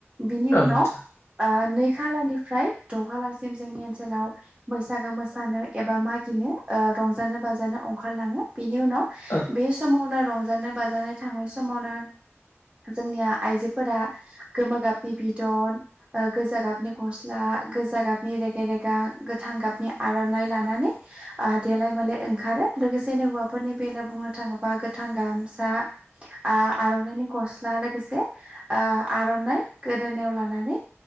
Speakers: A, on the right (about 25°); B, on the left (about 60°).
A: बिनि
B: औ
A: उनाव
B: नोंथां
A: नै खालारनिफ्राय द' खालारसिम जोंनि ओनसोलाव बैसागो मोसानो एबा मागिनो रंजानो बाजानो ओंखारलाङो। बेनि उनाव
B: औ
A: बे समावनो रंजानो बाजानो थांनाय समावनो जोंनिया आइजोफोरा गोमो गाबनि बिदन गोजा गाबनि गस्ला गोजा गाबनि रेगे रेगां गोथां गाबनि आर'नाइ लानानै देलाय मालाय ओंखारो लोगोसेनो हौवाफोरनि बेलायाव बुङोल्बा बुंनो थाङोबा गोथां गाबनि गामसा आर'नाइनि गस्ला लोगोसे आर'नाइ गोदोनायाव लानानै